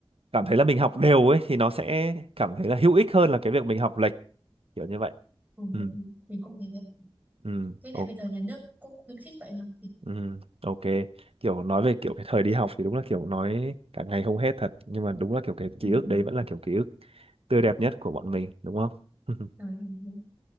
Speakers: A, on the right; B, on the right.
A: cảm thấy là mình học đều ấy thì nó sẽ cảm thấy là hữu ích hơn là cái việc mình học lệch kiểu như vậy
B: ừ,
A: ừ
B: mình cũng thế đấy
A: ừ
B: với lại
A: ok
B: bây giờ nhà nước cũng khuyến khích vậy mà
A: ừ, ok kiểu nói về kiểu cái thời đi học thì đúng là kiểu nói cả ngày không hết thật nhưng mà đúng là kiểu cái
B: ừ,
A: ký ức
B: ừ.
A: đấy vẫn là kiểu ký ức tươi đẹp nhất của bọn mình đúng không <laughs>
B: rồi em